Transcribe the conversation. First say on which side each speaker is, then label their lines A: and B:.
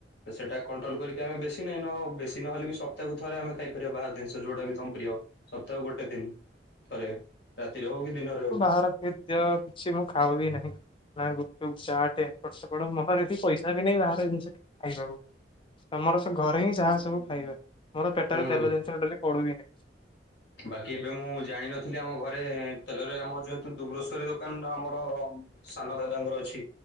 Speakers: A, on the left; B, on the left.
A: ତ ସେଟା କଣ୍ଟ୍ରୋଲ କରିକି ଆମେ ବେଶୀ ନାଇଁ ନ ହଉ ବେଶୀ ନହେଲେ ବି ସପ୍ତାହକୁ ଥରେ ଆମେ ଖାଇପାରିବା ବାହାର ଜିନିଷ ଯୋଉଟା ବି ତମ ପ୍ରିୟ। ସପ୍ତାହ କୁ ଗୋଟେ ଦିନ ଥରେ ରାତିରେ ହଉ କି ଦିନରେ ହଉ।
B: <unintelligible> ସେଥିପାଇଁ କିଛି ମୁଁ ଖାଉବି ନାହିଁ। ନା ଗୁପଚୁପ୍ ଚାଟ ଏପଟ ସେପଟ ମୋ ପାଖରେ ଏତେ ପଇସା ବି ନାହିଁ ବାହାର ଜିନିଷ ଖାଇବାକୁ। ତମର ସେ ଘରେ ହିଁ ଯାହା ସବୁ ଖାଇବା ମୋର ପେଟରେ
A: ହୁଁ।
B: ତେଲ ଜିନିଷ ଡେଲି ପଡୁହିନାହିଁ।
A: ବାକି ଏବେ ମୁଁ ଜାଣିିନଥିଲି ଆମ ଘରେ ତେଲ ରେ ଆମ ଯେହେତୁ ଗୋ ଗ୍ରୋସରି ଦୋକାନ ଆମର ସାନ ଦାଦ ଙ୍କର ଅଛି